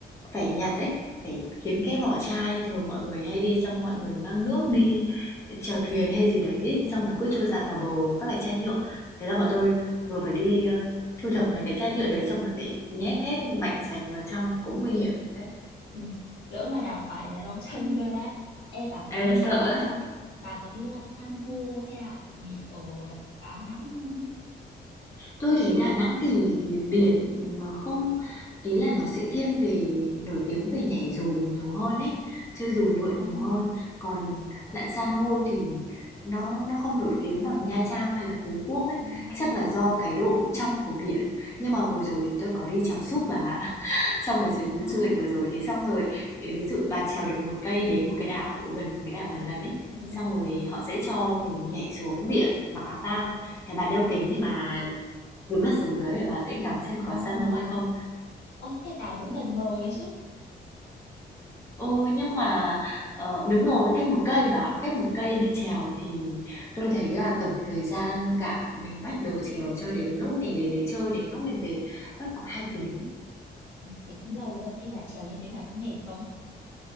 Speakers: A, on the left (about 15°); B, on the left (about 85°).
A: Phải nhặt ấy, phải kiếm cái vỏ chai, thường mọi người hay đi xong mọi người mang nước đi ờ, chèo thuyền hay gì đấy ấy,
B: ờ,
A: xong nó cứ trôi dạt vào bờ và các cái chai
B: ờ,
A: nhựa. Thế là bọn tôi vừa phải đi ờ, thu thập mấy cái chai nhựa đấy xong rồi phải nhét hết mảnh sành vào trong cũng nguy hiểm phết.
B: ui. Lỡ mà đạp phải là đau <laughs> chân luôn đấy. Ê, bà có đi
A: Ê là sợ
B: lặn
A: ấy.
B: san, bà có đi lặn san hô hay là gì ở Đà Nẵng không?
A: Tôi thấy Đà Nẵng thì biển nó không ý là nó sẽ thiên về nổi tiếng về nhảy dù nhiều hơn ấy, chơi dù lượn
B: À,
A: nhiều hơn. Còn lặn san hô thì nó nó không nổi tiếng bằng Nha Trang hay là Phú Quốc ấy,
B: à,
A: chắc là do cái độ trong của biển. Nhưng mà vừa rồi thì tôi có đi chèo súp bà ạ. <laughs> Trong cái chuyến
B: à,
A: du lịch vừa rồi thế xong rồi ý, ví dụ bà trèo được một cây đến một cái đảo gần một cái đảo gần gần ấy,
B: ừ,
A: xong rồi họ sẽ cho mình nhảy xuống biển mặc áo phao. Thế bà đeo kính thì bà Cúi mắt xuống dưới để bà sẽ ngắm xem
B: à.
A: có san hô hay không.
B: Ồ, thế Tảo cũng gần bờ ấy chứ.
A: Ừ, nhưng mà ờ, đúng rồi, cách một cây bà, ạ. cách một cây đi trèo thì tôi thấy là tổng thời gian cả mình bắt đầu trèo
B: Ừ.
A: cho đến lúc mình đến đấy chơi đến lúc mình về mất khoảng 2 tiếng.
B: À, Thế cũng lâu ấy. Ê, bà trèo như thế bà có mệt không?